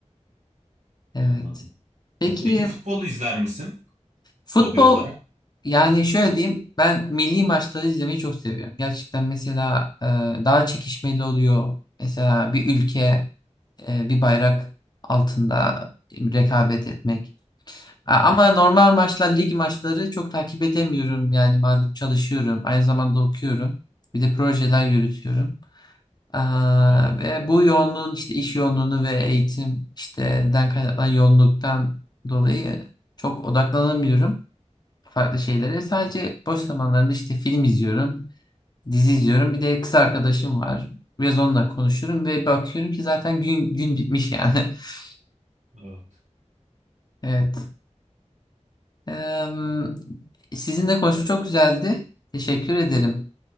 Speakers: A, on the left (about 35°); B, on the right (about 80°).
A: Evet.
B: Anladım.
A: Peki
B: Peki futbolu izler misin
A: futbol
B: hobi olarak?
A: yani şöyle diyeyim ben milli maçları izlemeyi çok seviyorum. Gerçekten mesela e, daha çekişmeli oluyor. Mesela bir ülke e, bir bayrak altında rekabet etmek. A- Ama normal maçlar, lig maçları çok takip edemiyorum. Yani malum çalışıyorum, aynı zamanda okuyorum. Bir de projeler yürütüyorum. Aa,
B: Evet.
A: ve bu yoğunluğun işte iş yoğunluğunu ve eğitim işte den kaynaklanan yoğunluktan dolayı çok odaklanamıyorum. farklı şeylere. Sadece boş zamanlarında işte film izliyorum, dizi izliyorum. Bir de kız arkadaşım var. Biraz onunla konuşuyorum ve bakıyorum ki zaten gün gün bitmiş yani. <laughs>
B: Evet.
A: Evet. Ee, sizinle konuşmak çok güzeldi. Teşekkür ederim.